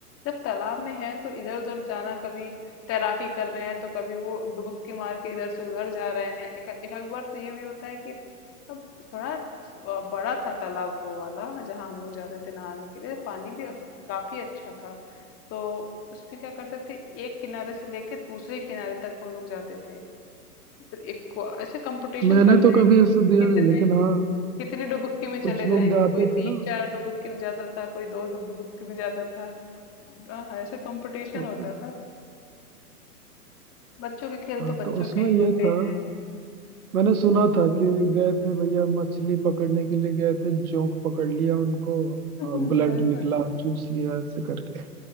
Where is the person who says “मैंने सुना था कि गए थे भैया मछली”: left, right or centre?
Right